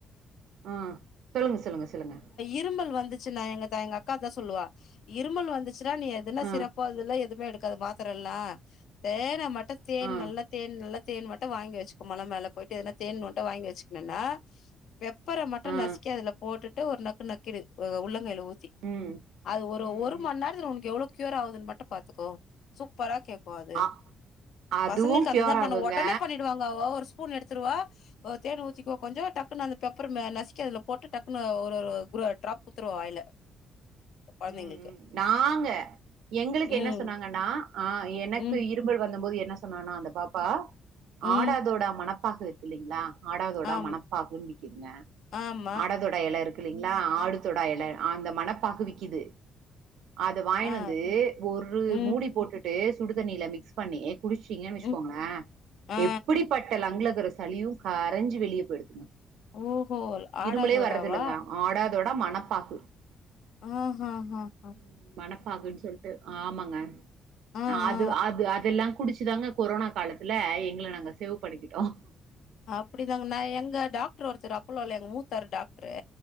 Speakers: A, on the right; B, on the left.
A: ஆ சொல்லுங்க சொல்லுங்க சொல்லுங்க
B: இருமல் வந்துச்சுனா எங்க அக்கா எங்க அக்கா அத சொல்லுவா இருமல் வந்து ச்சுனா நீ எதுன்னா
A: ஆ
B: சிறப்போ அத எல்லா எதுவுமே எடுக்காத மாத்திர எல்லா தேனை மட்டு தேன்
A: ஆ
B: நல்ல தேன் நல்லா தேன் மட்டு வாங்கி வச்சுக்கு மலை மேல போயிட்டு ஏதுனா தேன் மட்டு வாங்கி வச்சுக்கணு ஏன்னா பெப்பரா மட்டு
A: ஆ
B: நசுக்கி அதுல போட்டுட்டு ஒரு நக்கு நக்கிடு உள்ளங் கையில ஊத்தி
A: ம்
B: அது ஒரு
A: ம்
B: ஒரு
A: ம்
B: மணி நேரத்துல உனக்கு எவ்வளோ க்யூர் ஆகுதுன்னு மட்டு பாத்துக்கோ சூப்பரா கேக்கு அது
A: அ அதுவு
B: பசங்களுக்கு
A: கியூர்
B: அதுதா பண்ணே
A: ஆகுங்க
B: உடனே பண்ணிடு வாங் கா ஒரு ஸ்பூன் எடுத்துட்டு வா ஆ தேன் ஊத்திகே கொஞ்சே டக்குன்னு அந்த பெப்பர்லா நசுக்கி போட்டு டக்கு னு ஒரு ஒரு குரே டாப் குடுத்துரவா வாயில குழந்தைங்களுக்
A: ம் ம் நாங்க எங்களுக்கு
B: ம்
A: என்ன சொன்னாங்கன்னா ஆ எனக்கு
B: ம்
A: இருப் ம்பல் வந்த போது என்ன சொன்னனா அந்த பாப்பா
B: ம்
A: ஆடாதோட மனப்பாக இருக்கு இல்லலைங்களா ஆடாதோடா
B: ஆம்
A: மனப்பாகன்னு விக்குதுங்க
B: ஆமா
A: ஆடாதோடா இலை இருக் இல்லைங்குளா ஆடு தொடாயல அந்த மனப்பாகு விக்குது அதை வாங்கினு
B: ஆ
A: வந்து ஒரு
B: ம்
A: மூடி போட்டுட்டு சுடு தண்ணியில மிக்ஸ் பண்ணி குடிச்சீங்கன்னு வச்சுக்கோங்களே
B: ம் ஆ
A: எப்புடி பட்ட லங்கா கரஸ்சு சளியு கரைஞ்சு வெளிய போயிடுதுங்க
B: ஓ ஹோ ஆடாதோடாவா
A: இருமலே வர்றது இல்லங்க ஆடாதோட மனப்பாகு
B: ம் ம் ம்
A: ம் மனப்பாகுன்னு சொல்லிட்டு ஆமாங்க
B: ஆ
A: அது
B: ஆ
A: அது அத எல்லா குடிச்சுதாங்க கொரோனா காலத்துல எங்களை நாங்க சேவ் பண்ணிக்கிட்டோ
B: அப்புடி தாங்க நா எங்க டாக்டர் ஒருத்தரு அப்போல்லோல எங்க மூத்தாரு டாக்டாரு